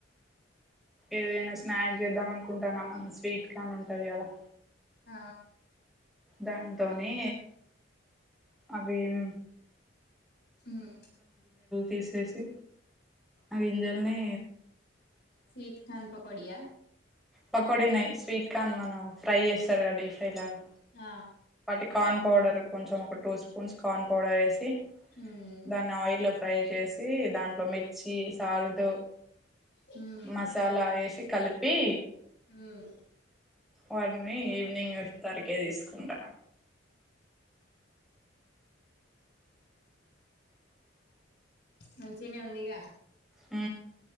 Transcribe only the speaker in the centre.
ఏదైనా స్నాక్ చేద్దాం అనుకుంటానమ్మ స్వీట్ కార్న్ ఉంటది కదా
దాంతోని అవిం
తీసేసి ఆ గింజల్ని
పకోడనాయి స్వీట్ కార్న్ మనం ఫ్రై చేస్తారు కదా డీప్ ఫ్రై లాగా
వాటి కార్న్ పౌడర్ కొంచెం ఒక టూ స్పూన్స్ కార్న్ పౌడర్ వేసి
దాన్ని ఆయిల్ ఫ్రై చేసి దాంట్లో మిర్చి సాల్ట్
మసాలా వేసి కలిపి
వాడిని ఈవినింగ్ ఇఫ్తార్ కి తీసుకుంటా
ఆ